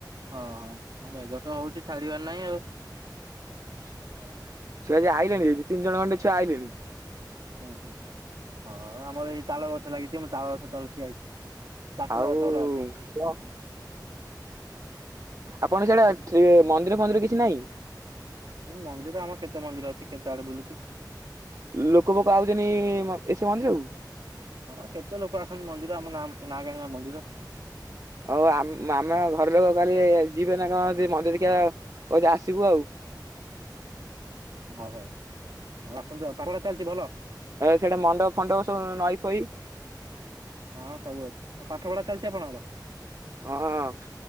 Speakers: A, on the right; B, on the right.
A: ଓଁ ହୋ ମ ମେଘ ତ ହଉଛି ଛାଡିବାର ନାହିଁ ଆଉ।
B: ଛୁଆ ଆଜି ଆଇଲେଣି ଦି ତିନି ଜଣ ଅଣ୍ଡେ ଛୁଆ ଆଇଲେଣି।
A: ହୁଁ ହୁଁ ହଁ ଆମର ଏଇ ତାଳ ଗଛ ଲାଗିଛି ମୁ ତାଳ ଗଛ ତଳେ ଠିଆ ହେଇଛି। ଟାକୁନା
B: ଆଉ
A: ଗଛ ଅଛି
B: କ ଆପଣ ସିଆଡେ ଠି ମନ୍ଦିର ଫନ୍ଦିର କିଛି ନାହିଁ?
A: ହୁଁ ମନ୍ଦିର ଆମର କେତେ ମନ୍ଦିର ଅଛି କେତେ ଆଡେ ବୁଲୁଛୁ।
B: ଲୋକ ପୋକ ଆଉଚନ୍ତି ସେ ମନ୍ଦିରକୁ?
A: ହଁ କେତେ ଲୋକ ଆସନ୍ତି ମନ୍ଦିର ଆମ ନାମ ନାଗାଁ ମନ୍ଦିର।
B: ହଉ ଆମ ଆମ ଘର ଲୋକ କାଲି ଯିବେ ନା କ ଜି ମନ୍ଦି <unintelligible> ଦେଖିବାକୁ କହିଲେ ଆସିବୁ ଆଉ।
A: ହଭାଇ ହଉ ଆସନ୍ତୁ ଆ ପଡରା ଚାଲିଛି ଭଲ।
B: ସେଟା ମଣ୍ଡପ ଫଣ୍ଡପ ସବୁ ନଈ ଫଇ
A: ହଁ ସବୁ ଅଛି ଆଉ ପାଠ ପଢା ଚାଲିଛି ଆପଣଙ୍କର?
B: ହଁ।